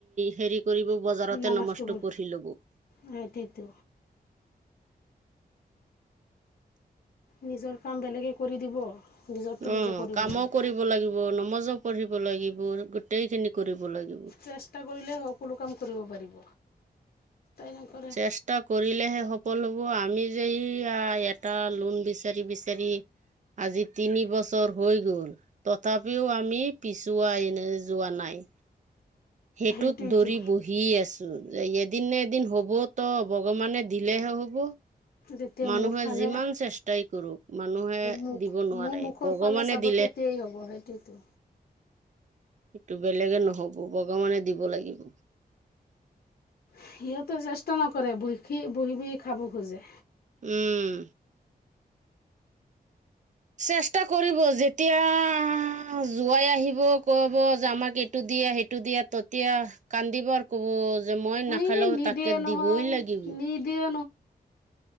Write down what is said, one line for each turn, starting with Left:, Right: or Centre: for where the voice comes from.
Right: হেৰিক কৰিব বজাৰতে
Left: নামাজটো
Right: নমাজটো
Left: পঢ়
Right: পঢ়ি ল'ব। <inaudible>
Left: সেইটোৱেতো নিজৰ কাম বেলেগে কৰি দিব। নিজৰটো
Right: অ,
Left: নিজে কৰিব
Right: কামো
Left: লাগিব
Right: কৰিব লাগিব, নমাজো পঢ়িব লাগিব, গোটেই খিনি কৰিব লাগিব
Left: চেষ্টা কৰিলে সকলো কাম কৰিব পাৰিব। নকৰে
Right: চেষ্টা কৰিলেহে সফল হ'ব। আমি যে ইয়া এটা লোন বিচ চাৰি বিচাৰি। আজি তিনি বছৰ হৈ গ'ল, তথাপিও আমি পিছুৱাই এনে যোৱা নাই। সেইটোত
Left: সেইটোৱেতো
Right: ধৰি বহি আছোঁ। এদিন নে এদিন হ'বতো, ভগৱানে দিলেহে হ'ব।
Left: যেতিয়া
Right: মানুহে
Left: মোৰ ফালে
Right: যিমান চেষ্টাই কৰোঁক মানুহে
Left: মোক
Right: দিব নোৱাৰে।
Left: মোৰ মুখৰ
Right: ভগৱানে
Left: ফালে চাব
Right: দি
Left: তেতিয়াই হ'ব সেইটোৱেতো।
Right: সেইটো বেলেগে নহ'ব ভগৱানে দিব লাগিব।
Left: সিহঁতে চেষ্টা নকৰে বইখি বহি বহি খাব খোজে।
Right: উম। চেষ্টা কৰিব যেতিয়া অ, জোৱাইয়ে আহিব ক'ব যে, আমাক এইটো দিয়া, সেইটো দিয়া, তেতিয়া কান্দিব আৰু ক'ব যে মই নাখালেও
Left: এই নিদিয়ে
Right: তাকে
Left: নহয়
Right: দিবই লাগিব।
Left: নিদিয়ে